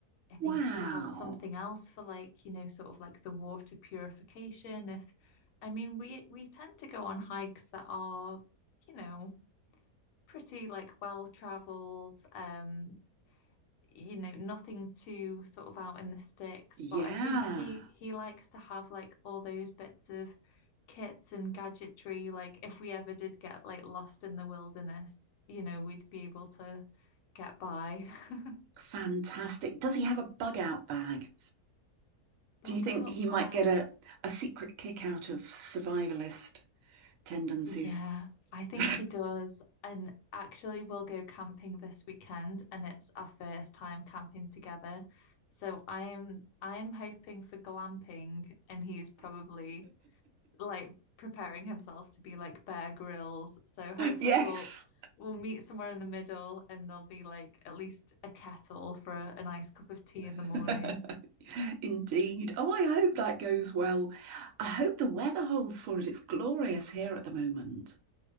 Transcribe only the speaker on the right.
Wow.
Yeah.
Fantastic. Does he have a bug out bag?
Do you think
he
might get a, a secret kick out of survivalist tendencies?
<laughs>
Yes.
<laughs> Indeed. Oh, I hope that goes well. I hope the weather holds for it. It's glorious here at the moment.